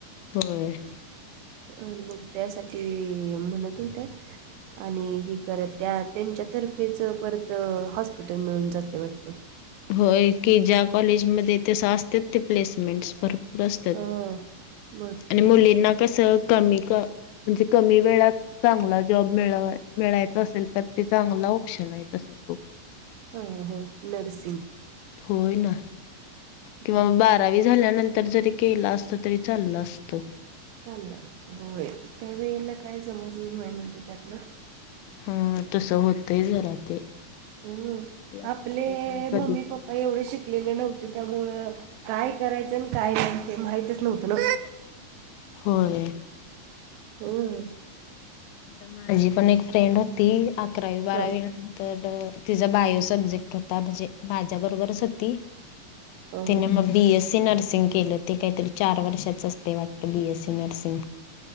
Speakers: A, on the left; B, on the right.
A: होय.
B: अ मग त्यासाठी म्हणत होत्या. आणि हे करत त्या त्यांच्यातर्फेच परत हॉस्पिटल मिळून जाते वाटतं.
A: होय की ज्या कॉलेजमध्ये तस असतात ते प्लेसमेंटस भरपूर असतात.
B: हा भरपूर
A: आणि मुलींना
B: असतं.
A: कसं कमी. क म्हणजे कमी वेळात चांगला जॉब मिळ मिळायच असेल. तर ते चांगला ऑप्शन आहे तसा तो.
B: हो हो, नर्सिंग.
A: होय ना किंवा
B: हो हो
A: बारावी झाल्यानंतर जरी. केलं असत तरी चाललं असतं.
B: चाललं असत हो त्यावेेळेला काय समजलं नाही म्हणजे त्यातलं.
A: ह तसं होतय जरा ते.
B: हम्म
A: लक्षात
B: आपले
A: येत नाही कधी
B: मम्मी पप्पा. प एवढे शिकलेले नव्हते त्यामुळं काय करायचं आणि काय नाही ते माहितच नव्हतं नव.
A: होय.
B: हम्.
A: माझी पण एक फ्रेंड होती अकरावी बारावी.
B: ह
A: तर तिचा बायो सब्जेक्ट होता. म्हणजे माझ्या बरोबरच होती.
B: ह
A: तिने
B: ह
A: मग बीएससी नर्सिंग केलं ते काहीतरी चार वर्षाच अस ते वाटत बी एस सी नर्सिंग.